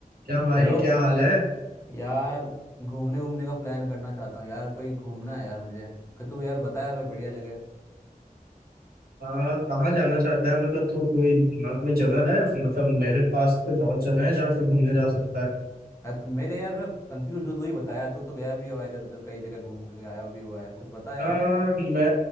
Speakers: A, on the right (about 80°); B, on the left (about 20°).
A: क्या भाई
B: Hello
A: क्या हाल है
B: यार घूमने घूमने का प्लान करना चाहता हूँ यार कोई घूमना है यार मुझे कि तू यार बता यार कोई बढ़िया जगह
A: आ, कहाँ जाना चाहता है मतलब तू कोई दिमाग में जगह है मतलब मेरे पास तो बहुत जगह है जहाँ पे घूमने जा सकता है
B: यार तू मेरे यार मैं कंफ्यूज हूँ तू ही बता यार तू तो गया भी हुआ इधर उधर कई जगह घूम के आया भी हुआ है कुछ बता यार
A: आ, मैं